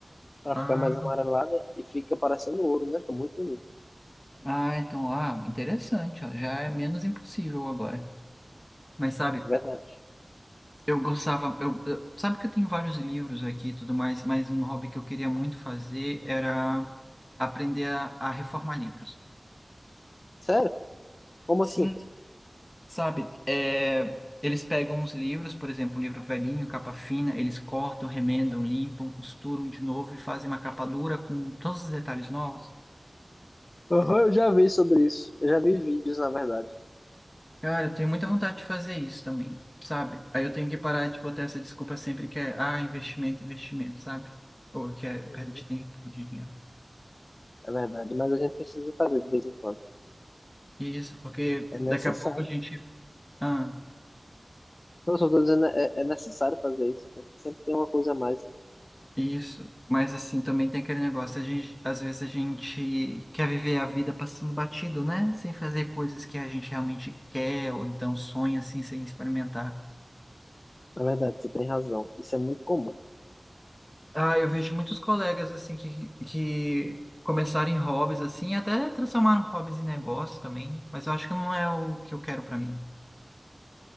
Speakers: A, on the left (about 50°); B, on the left (about 15°).
A: para
B: Ah,
A: ficar mais amarelada e fica parecendo ouro, né? Fica muito bonito,
B: ah, então, ah, interessante, ó, já é menos impossível agora. Mas sabe,
A: é verdade.
B: Eu gostava, eu, eu- sabe que eu tenho vários livros aqui e tudo mais, mas um hobby que eu queria muito fazer era aprender a, a reformar livros.
A: Sério? Como
B: Sim,
A: assim?
B: sabe? é, eles pegam os livros, por exemplo, um livro velhinho, capa fina, eles cortam, remendam, limpam, costuram de novo e fazem uma capa dura com todos os detalhes novos.
A: Aham, eu já vi sobre isso. Eu já vi vídeos, na verdade.
B: Cara, eu tenho muita vontade de fazer isso também, sabe? Aí eu tenho que parar de botar essa desculpa sempre que é, ah, investimento, investimento, sabe? Ou que é
A: Uhum,
B: perda de tempo, de dinheiro.
A: é verdade, mas a gente precisa fazer de vez em quando.
B: Isso, porque
A: É necessário.
B: daqui a pouco a gente. Ah,
A: Eu só tô dizendo, é, é necessário fazer isso. A gente sempre tem uma coisa a mais.
B: isso. Mas assim, também tem aquele negócio, a gente, às vezes a gente quer viver a vida passando batido, né? Sem fazer coisas que a gente realmente quer, ou então sonha assim, sem experimentar.
A: Na verdade, você tem razão. Isso é muito comum.
B: Ah, eu vejo muitos colegas assim que, que começaram em hobbies assim, até transformaram hobbies em negócio também, mas eu acho que não é o que eu quero pra mim,